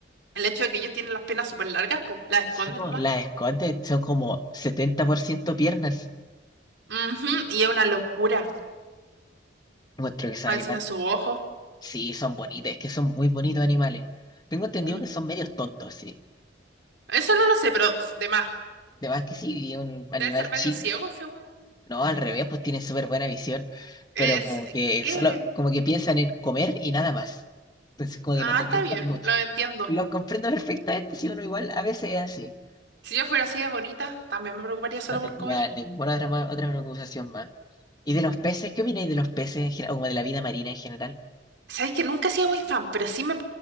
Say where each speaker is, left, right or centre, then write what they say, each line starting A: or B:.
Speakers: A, on the right (about 70°); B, on the left (about 20°).
A: El hecho de que ellos tienen las piernas súper largas, pues las esconden
B: Sí, pues,
A: nomás.
B: las escotes son como 70% piernas.
A: Ujú, y es una locura.
B: Encuentro que son
A: Ah,
B: animales.
A: Encima su ojo.
B: Sí, son bonitos, es que son muy bonitos animales. Tengo entendido
A: Mm.
B: que son medios tontos, sí.
A: Eso no lo sé, pero de más.
B: Además que sí, un animal
A: Deben ser medio
B: chico.
A: ciegos según...
B: No, al revés, pues tienen súper buena visión.
A: Es...
B: Pero como
A: eh,
B: que
A: ¿Qué?
B: solo, como que piensan en comer y nada más. Entonces como
A: Ah,
B: que no, no
A: está
B: piensan
A: bien,
B: mucho.
A: lo entiendo.
B: Lo comprendo perfectamente, si uno igual a veces es así.
A: Si yo fuera así de bonita, también me preocuparía solo
B: No tendría
A: por comer.
B: ninguna otra, ma- otra preocupación más. ¿Y de los peces? ¿Qué opináis de los peces en general? O como de la vida marina en general.
A: Sabéis que nunca he sido muy fan, pero sí me,